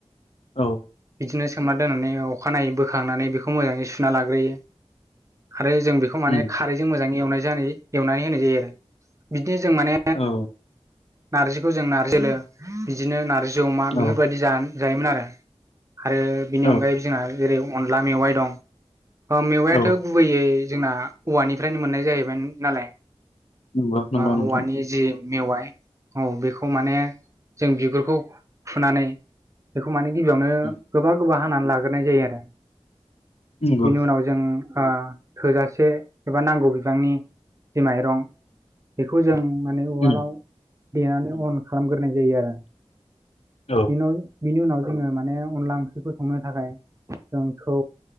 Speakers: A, on the left; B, on the right.
A: औ
B: बिदिनो सोमना दोननानै अखानायै बोखांनानै बेखौ मोजाङै सुना लाग्रोयो आरो जों बेखौ माने
A: उम
B: खारैजों मोजां एवनाय जानाय एवनानै होनाय जायो आरो बि बिदिनो जों माने
A: औ
B: नारजिखौ जों नारजि बिदिनो नारजि जमा बेफोरबायदि
A: औ
B: जायोमोन आरो आरो बेनि
A: औ
B: अनगायै जोंहा जेरै अनला मेवाइ दं मेवायाथ'
A: औ
B: गुबैयै जोंना औवानिफ्रायनो मोननाय जायोमोन नालाय
A: नंगौ नंगौ
B: बा
A: नोंथां
B: औवानि जि मेवाइ औ बेखौ माने जों बिगुरखौ फुनानै बेखौ माने गिबियावनो
A: उम
B: गोबा गोबा हानानै लाग्रोनाय जायो आरो
A: नंगौ
B: बेनि उनाव जों ओ थोजासे एबा नांगौ बिबांनि जि माइरं बेखौ जों माने उवालाव
A: उम
B: देनानै अन खालामग्रोनाय जायो आरो
A: औ
B: बेनय बिनि उनाव जोङो माने अनला ओंख्रिखौ संनो थाखाय जों थौ